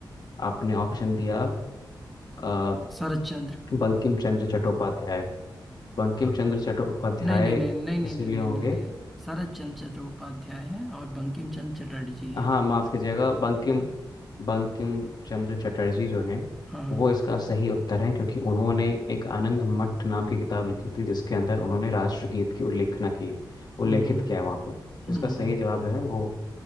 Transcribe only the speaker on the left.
आपने ऑप्शन दिया अ,
बंकिम चंद्र चट्टोपाध्याय बंकिम
चंद्र चट्टोपाध्याय
इसलिए
होंगे
हाँ माफ कीजिएगा बंकिम
बंकिम चंद्र चटर्जी जो हैं
वो इसका सही उत्तर है क्योंकि उन्होंने एक आनंद मठ नाम की किताब लिखी थी जिसके अंदर उन्होंने राष्ट्रगीत की उल्लेखना की है
उल्लेखित
किया है वहाँ पर
इसका सही जवाब जो है वो